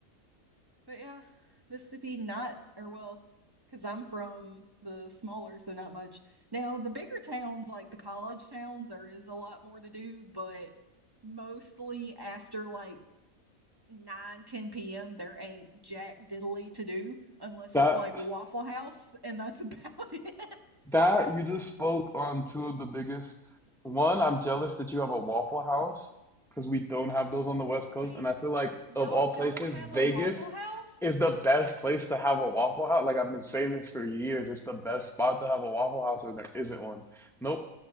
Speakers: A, on the right; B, in the centre.
A: But yeah, Mississippi not, or well, because I'm from the smaller, so not much. Now, the bigger towns, like the college towns, there is a lot more to do, but mostly after like 9, 10 p.m., there ain't jack diddly to do unless
B: That
A: it's like Waffle House, and that's <laughs> about it.
B: that you just spoke on two of the biggest. One, I'm jealous that you have a Waffle House because we don't have those on the West Coast,
A: Wait,
B: and I feel like
A: y'all
B: of all places,
A: don't have
B: Vegas
A: a Waffle House?
B: is the best place to have a Waffle House. Like I've been saying this for years. It's the best spot to have a Waffle House, and there isn't one. Nope,